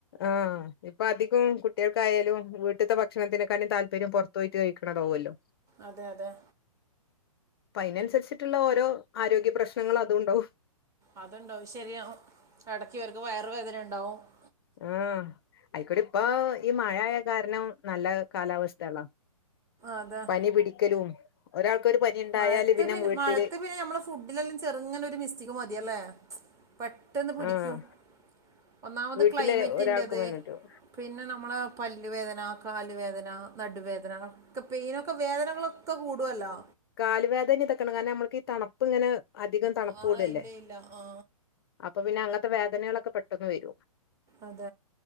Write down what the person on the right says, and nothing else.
അതെ! അതെ!
അതുണ്ടാവും ശരിയാ... ! ഇടക്കിവർക്ക് വയറു വേദന ഉണ്ടാവും. !
അതെ
മഴത്ത്
മഴത്ത് പിന്നെ നമ്മളെ ഫുഡിലെല്ലാം ചെറുങ്ങനെ ഒരു മിസ്റ്റേക്ക് മതിയല്ലേ? പെട്ടെന്ന് പിടിക്കും.
ഒന്നാമത്
ക്ലൈമറ്റിന്റത്..
! പിന്നെ നമ്മൾ പല്ലുവേദന, കാലുവേദന, നടുവേദന.... പേയിനൊക്കെ വേദനകളൊക്കെ കൂടുവല്ലോ?
ആ
ഇല്ല ഇല്ല ആ
അത,,